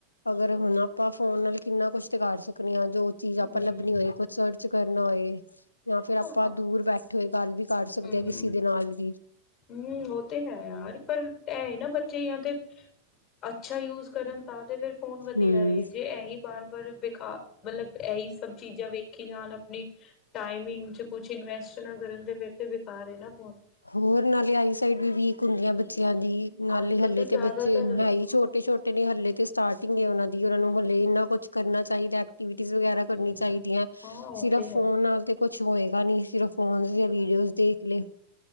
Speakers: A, on the left; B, on the left.
A: ਅਗਰ ਹੁਣ ਆਪਾਂ ਫੋਨ ਨਾਲ ਕਿੰਨਾ ਕੁਛ ਤੇ ਕਰ ਸਕਦੇ ਹਾਂ। ਜੋ ਚੀਜ਼ ਆਪਾਂ
B: ਹਮ
A: ਲੱਭਣੀ ਹੋਏ ਕੁਛ ਸਰਚ ਕਰਨਾ ਹੋਏ। ਜਾਂ ਫੇਿਰ ਆਪਾਂ
B: ਹਾਂ
A: ਦੂਰ ਬੈਠੇ ਹੋਏ ਗੱਲ ਵੀ ਕਰ ਸਕਦੇ
B: ਹਮ
A: ਹ ਕਿਸੇ ਦੇ ਨਾਲ ਵੀ
B: ਹਮ ਉਹ ਤੇ ਹੈ। ਯਾਰ। ਪਰ ਇਹ ਨਾ ਬੱਚੇ ਜਾਂ। ਤੇ ਅੱਛਾ ਯੂਜ ਕਰਨ ਤਾਂ ਤੇ ਫਿਰ ਫੋਨ ਵਧੀਆ
A: ਹੂੰ।
B: ਏ ਜੇ ਇਹੀ ਬਾਰ ਵਾਰ ਬੇਕਾਰ ਮਤਲਬ ਇਹੀ ਸਭ ਚੀਜ਼ਾਂ ਵੇਖੀ ਜਾਣ ਆਪਣੀ ਟਾਈਮਿੰਗ ਚ ਕੁਛ ਇਨਵੈਸਟ ਨਾ ਕਰਨ ਤੇ ਫਿਰ ਤੇ ਬੇਕਾਰ ਏ ਨਾ। ਫੋਨ
A: ਹੋਰ ਨਾਲੇ ਆਈ ਸਾਈਡ ਵੀ ਵੀਕ ਹੁੰਦੀਆਂ ਬੱਚੇ ਬੱਚਿਆਂ ਦੀ ਨਾਲੇ
B: ਅੱਜ
A: ਹੱਲੇ
B: ਕੱਲ
A: ਤੇ
B: ਜ਼ਿਆਦਾਤਰ
A: ਬੱਚੇ ਹੈ ਹੀ ਛੋਟੇ ਛੋਟੇ ਨੇ ਹੱਲੇ ਤੇ ਸਟਾਰਟਿੰਗ ਏ ਉਹਨਾਂ ਦੀ ਉਹਨਾਂ ਨੂੰ ਹਲੇ ਇੰਨਾ ਕੁਛ ਕਰਨਾ ਚਾਹੀਦਾ। ਟੀਵਿਟੀਜ਼ ਵਗੈਰਾ ਕਰਨੀਆਂ
B: ਹੂੰ,
A: ਚਾਹੀਦੀਆਂ
B: ਹਾਂ ਉਹ
A: ਸਿਰਫ
B: ਤੇ
A: ਫੋਨ
B: ਹੈ
A: ਨਾਲ ਤੇ ਕੁਛ ਹੋਏਗਾ ਨੀ। ਸਿਰਫ ਫੋਨ ਜਾਂ ਵੀਡੀਓਜ਼ ਦੇਖ ਲੈ।